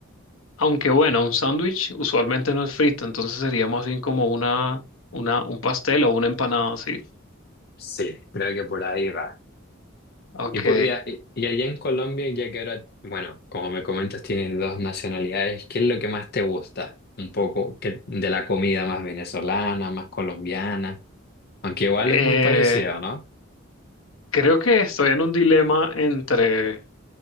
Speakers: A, on the left; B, on the left.
A: Aunque bueno, un sándwich usualmente no es frito, entonces sería más bien como una, una, un pastel o una empanada, ¿sí?
B: Sí, creo que por ahí va.
A: Ok.
B: Y, pu- y, a- y- y allá en Colombia, ya que ahora, bueno, como me comentas, tienes dos nacionalidades, ¿qué es lo que más te gusta? Un poco que, de la comida más venezolana, más colombiana, aunque igual
A: Eh,
B: es muy parecido, ¿no?
A: Creo que estoy en un dilema entre